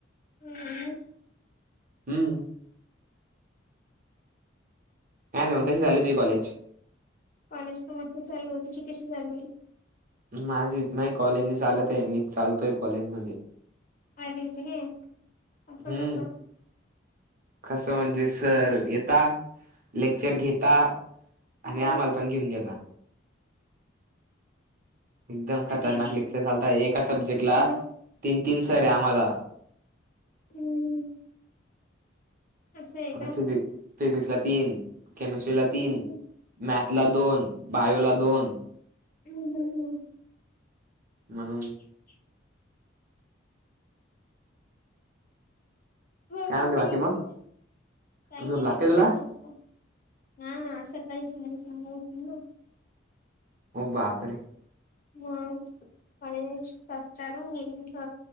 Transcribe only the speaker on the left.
<unintelligible>
कॉलेज तर मस्त चालूय, तुझी कशी चालू ये.
<unintelligible> असं
कसं.
हम्म
अरे रे
समज
हम्म. असं आहे
का
हम्म
हम हम.
<inaudible> हो
आई
गं, काय
नाही
रे बाकी
मस्तं. हा सकाळी साडे सहाला उठले.
मग कॉलेज कसं चालू आहे नेमकं